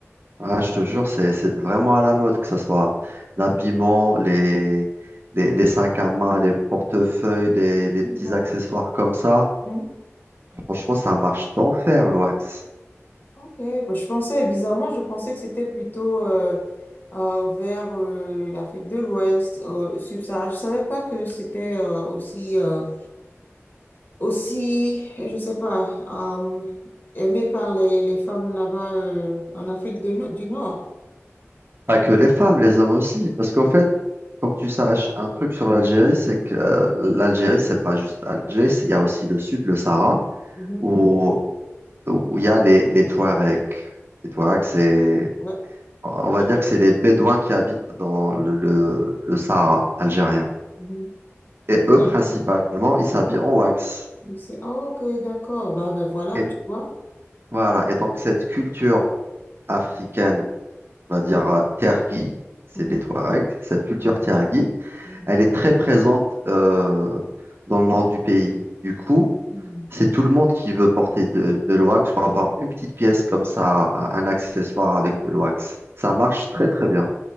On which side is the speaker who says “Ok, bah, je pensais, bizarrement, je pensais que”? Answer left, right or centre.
Left